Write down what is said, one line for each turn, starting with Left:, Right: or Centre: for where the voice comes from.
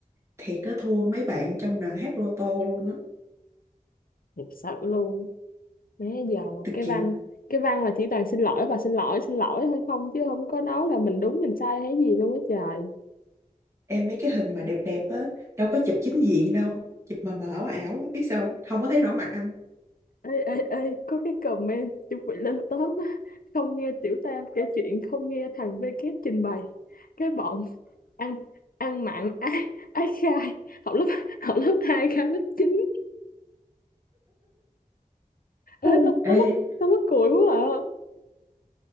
Right: thiệt á thua mấy bạn trong đoàn hát lô tô luôn á
Left: thiệt sự luôn. Má giờ
Right: tôi
Left: cái
Right: kiểu
Left: văn cái văn là chỉ toàn xin lỗi và xin lỗi xin lỗi thôi không chứ không có nói là mình đúng mình sai hay gì luôn á trời.
Right: em mấy cái hình mà đẹp đẹp á đâu có chụp chính diện đâu chụp mà mờ ảo ảo á, biết sao không không có thấy rõ mặt anh
Left: ê ê ê có cái comment chuẩn bị lên top á không nghe tiểu tam kể chuyện không nghe thằng VK trình bày cái bọn ăn ăn mặn ái ái khai học lớp <laughs> học lớp hai khai lớp chín
Right: Ừ.
Left: ê tao tao
Right: Ê,
Left: mất tao mất cười quá à